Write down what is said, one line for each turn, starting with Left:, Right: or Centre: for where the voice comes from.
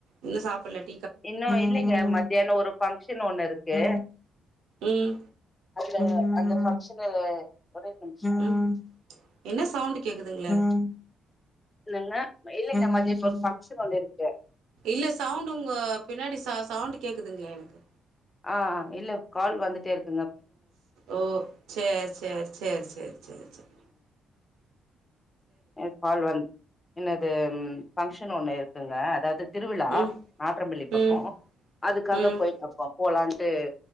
Right: இன்னு சாப்புலட்
Left: இன்னு இல்லிங்க மதியான ஒரு ஃபங்ஷன் ஒண்ணு இருக்கு
Right: ம்
Left: ம் ம் <unintelligible>
Right: ம் என்ன சவுண்டு கேட்குதுங்களே
Left: உம் உம் என்னங்க இல்லங்க மதிய ஒரு ஃபங்ஷன் ஒன்னு இருக்
Right: இல்ல சவுண்டு உங்க பின்னாடி ச சவுண்டு கேக்குதுங்ளே எனக்கு
Left: ஆ இல்ல கால் வந்துட்டேருக்
Right: ஓ சேரி சேரி சேரி சேரி சேரி சேரி
Left: எ கால் வன் என்னது ஃபங்க்ஷன் ஒண்ணு இருக்குங்க அதாவ்து திருவிழா
Right: ம்
Left: நாற்றம்பள்ளி பக்கொ
Right: ம்
Left: அதுக்காக
Right: ம்
Left: போய் அப்றொ போலான் டு